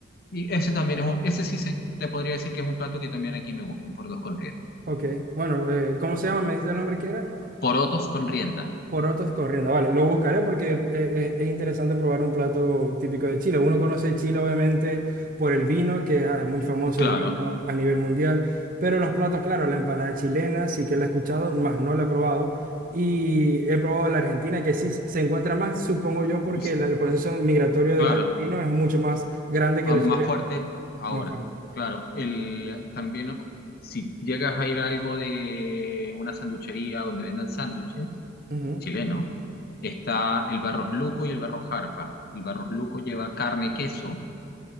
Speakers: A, on the left; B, on the right.
A: Y ese también es un, ese sí se, te podría decir que es un plato que también aquí me gusta, un porotos con rienda.
B: Ok, bueno, eh, ¿cómo se llama? ¿Me diste el nombre que era?
A: Porotos con rienda,
B: Porotos corriendo, vale, lo buscaré porque eh, eh, es interesante probar un plato típico de Chile. Uno conoce Chile obviamente por el vino, que ah, es muy famoso
A: claro,
B: el vino a nivel mundial, pero los platos, claro, la empanada chilena sí que la he escuchado, más no la he probado. Y he probado la argentina, que sí se se encuentra más, supongo yo, porque
A: y-
B: la- el proceso migratorio
A: claro,
B: de los argentinos es mucho más grande que
A: ah,
B: los
A: más
B: chilenos,
A: fuerte ahora.
B: más fuerte.
A: Claro, el, también si llegas a ir a algo de una sanduchería donde vendan sándwiches,
B: Ujú,
A: chileno, está el Barros Luco y el Barros Jarpa. El Barros Luco lleva carne, queso